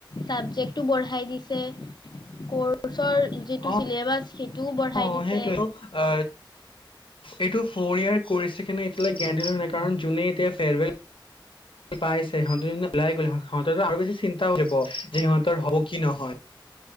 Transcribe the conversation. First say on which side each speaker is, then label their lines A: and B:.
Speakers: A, on the left (about 60°); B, on the left (about 85°).
A: চাবজেক্টো বঢ়াই দিছে কৰ্চৰ যিটো
B: অ',
A: চিলেবাছ সেইটোও বঢ়াই
B: অ
A: দিছে।
B: সেইটোয়ে অ এইটো ফ'ৰ ইয়াৰ কৰিছে কেনে এতিয়ালৈ গেণ্ট ল নাই কাৰণ জোনেই এতিয়া ফেয়াৰৱেল পাইছে স ওলাই গ'লে সিহঁতৰ আৰু বেছি চিন্তাও কৰিব যে সিহঁতৰ হব কি নহয়